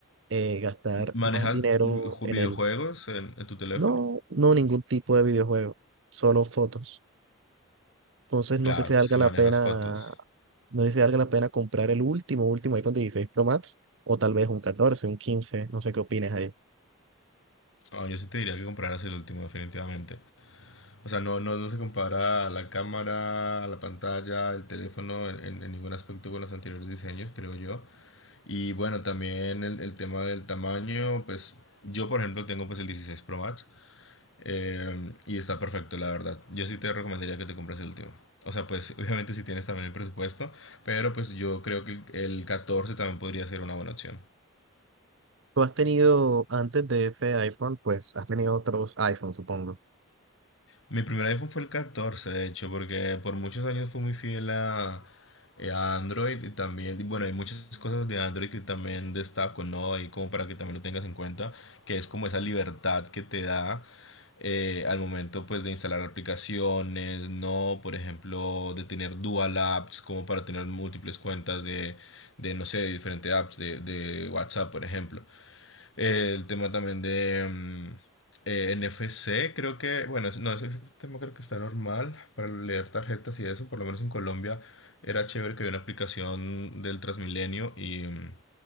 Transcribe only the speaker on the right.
eh, gastar
más dinero
en
el...
No, no ningún tipo de videojuego, solo fotos. Entonces
no sé si valga
la
pena,
no sé si valga la pena comprar el último, último iPhone 16 Pro Max o tal vez un 14, un 15, no sé qué opinas ahí.
Tú has tenido antes de ese iPhone, pues has tenido otros iPhones, supongo.